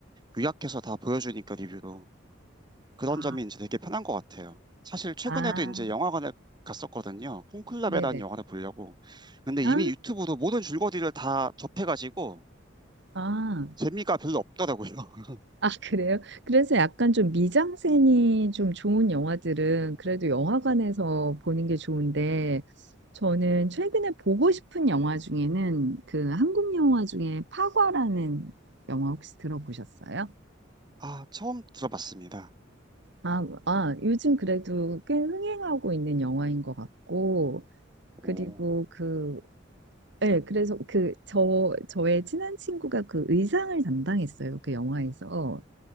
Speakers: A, on the right; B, on the right.
A: 요약해서 다 보여주니까 리뷰로 그런
B: 아,
A: 점이 이제 되게 편한 것 같아요. 사실 최근에도
B: 아,
A: 이제 영화관에 갔었거든요. 콘클라베라는
B: 네네.
A: 영화를 보려고. 근데 이미
B: 아,
A: 유튜브로 모든 줄거리를 다 접해가지고
B: 아,
A: 재미가 별로 없더라고요. <laughs>
B: 아, 그래요? 그래서 약간 좀 미장센이 좀 좋은 영화들은 그래도 영화관에서 보는 게 좋은데 저는 최근에 보고 싶은 영화 중에는 그 한국 영화 중에 파과라는 영화 혹시 들어보셨어요?
A: 아, 처음 들어봤습니다.
B: 아, 아, 요즘 그래도 꽤 흥행하고 있는 영화인 것 같고,
A: 오.
B: 그리고 그 네, 그래서 그 저 저의 친한 친구가 그 의상을 담당했어요. 그 영화에서.